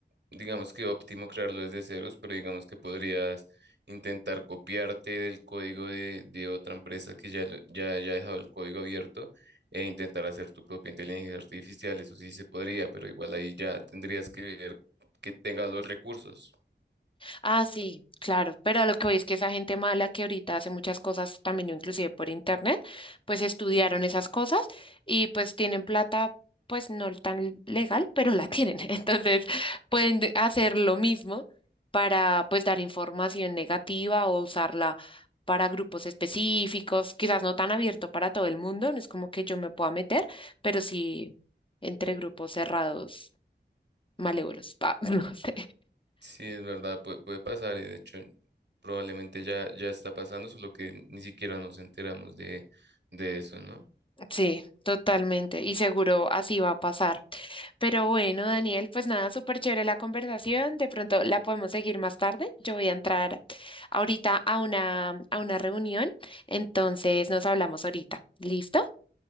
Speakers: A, on the right; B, on the left.
A: digamos que óptimo crearlo desde ceros, pero digamos que podrías intentar copiarte del código de, de otra empresa que ya, lo- ya haya dejado el código abierto e intentar hacer tu propia inteligencia artificial. Eso sí se podría, pero igual ahí ya tendrías que ver que tengas los recursos.
B: Ah, sí, claro, pero a lo que voy es que esa gente mala que ahorita hace muchas cosas también, inclusive por internet, pues estudiaron esas cosas y pues tienen plata, pues no tan legal, pero la tienen. <laughs> Entonces pueden de- hacer lo mismo para pues dar información negativa o usarla para grupos específicos, quizás no tan abierto para todo el mundo, no es como que yo me pueda meter, pero sí entre grupos cerrados, malévolos. <laughs> Ah, no sé.
A: Sí, es verdad, puede, puede pasar y de hecho probablemente ya, ya está pasando, solo que ni siquiera nos enteramos de, de eso, ¿no?
B: Sí, totalmente. Y seguro así va a pasar. Pero bueno, Daniel, pues nada, súper chévere la conversación. De pronto la podemos seguir más tarde. Yo voy a entrar ahorita a una, a una reunión. Entonces nos hablamos ahorita. ¿Listo?